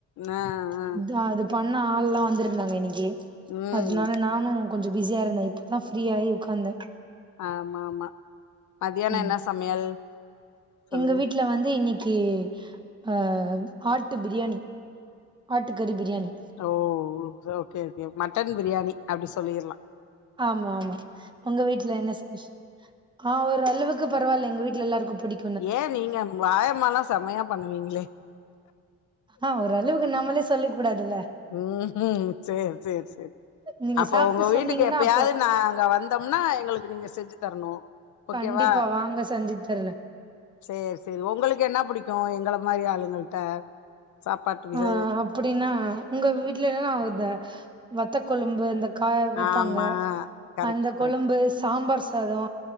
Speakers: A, on the left (about 80°); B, on the right (about 15°).
A: ம் ஆ ஆ
B: அத்தா அது பண்ண ஆள்ல்லா வந்திருந்தாங்க இன்னைக்கு
A: ம்
B: அதனால நானும் கொஞ்ச பிஸியாருந்தே இப்ப தா ஃப்ரீயாகி உக்காந்தே
A: ஆமா ஆமா மதியானோ
B: ம்
A: என்ன சமையல் சொல்லுங்க
B: எங்க வீட்டல வந்து இன்னைக் கி ஆ ஆட்டு பிரியாணி ஆட்டு கறி பிரியாணி
A: ஓ ஓகே ஓகே மட்டன் பிரியாணி அப்டி சொல்லிறலா
B: ஆமா ஆமா உங்க வீட்டுல என்ன ஸ் ஆ ஒரு அளவுக்கு பரவால்ல எங்க வீட்டுல எல்லாருக்கும் புடிக்
A: ஏ நீங்க பாயம்மாலா செம்மையா பண்ணுவீங்களே
B: ஆ ஒரு அளவுக்கு நம்மளே சொல்லிக்க கூடாதுல்ல
A: ம் ம் சேரி சேரி சேரி
B: நீங்க
A: அப்போ
B: சாப்ட்டு
A: ஒங்க வீட்டுக்கு
B: சொன்னீங்கன்னா
A: எப்பயாது
B: அப்போ
A: நாங்க வந்தம்னா எங்களுக்கு நீங்க செஞ்சு தரணு ஓகேவா
B: கண்டிப்பா வாங்க செஞ்சித் தர்ரே
A: சேரி சேரி உங்களுக்கு என்ன புடிக்கும் எங்க மாரி ஆளுங்கள்ட்ட சாப்பாட்டு விச
B: ஆ அப்படின்னா உங்க வீட்ல எல்லாம் இந்த வத்த கொழும்பு இந்த கா வெப்பாங்க
A: ஆமா கரெக்ட்
B: அந்த
A: கரெக்ட்
B: கொழும்பு சாம்பார் சாதோ